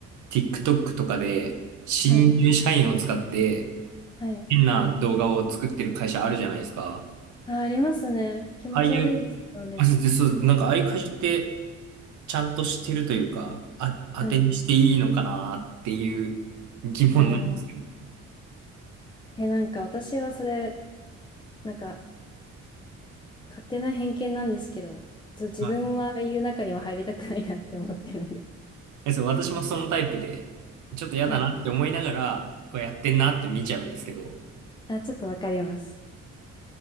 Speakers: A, on the right; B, on the left.
A: TikTok とかで、新入社員を使って、
B: はい、はい。
A: 変な動画を作ってる会社あるじゃないですか。
B: あ、ありますね。気持ち悪いですよね。
A: ああいう、あ、でそう、なんかああいう会社って、ちゃんとしてるというか、あ、当てにしていいのかなっていう疑問なんですけど。
B: はい。ああ。え、なんか私はそれ、なんか勝手な偏見なんですけど、ちょ、自分はああいう中には入りたくないなって思ってるんで。
A: はい。えそう、私もそのタイプで、ちょっと嫌だなって思いながら、
B: <laughs> はい。
A: うわやってんなって見ちゃうんですけど、
B: あ、ちょっとわかります。